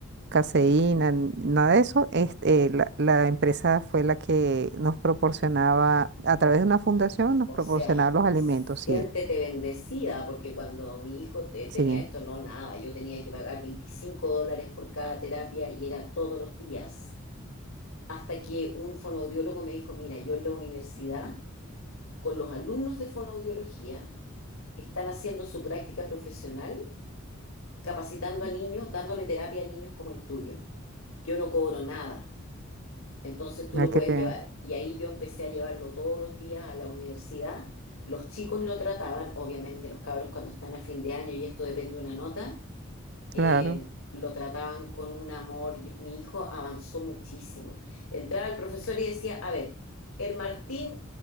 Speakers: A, on the right; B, on the left.
A: caseína, n- nada de eso, este, la, la empresa fue la que nos proporcionaba, a través de una fundación, nos
B: o
A: proporcionaba
B: sea,
A: los alimentos,
B: siéntete
A: sí,
B: bendecida, porque cuando mi hijo te- tenía
A: sí,
B: esto, no, nada, yo tenía que pagar 25 dólares por cada terapia y era todos los días, hasta que un fonoaudiólogo me dijo, mira, yo en la universidad con los alumnos de fonoaudiología, están haciendo su práctica profesional, capacitando a niños, dándole terapia a niños como el tuyo. Yo no cobro nada, entonces tú
A: hay
B: lo
A: que
B: puedes
A: bien,
B: llevar. Y ahí yo empecé a llevarlo todos los días a la universidad. Los chicos lo trataban, obviamente los cabros cuando están a fin de año y esto depende de una nota, eh,
A: claro,
B: lo trataban con un amor. Yo- Mi hijo avanzó muchísimo. Entraba el profesor y decía, a ver, el Martín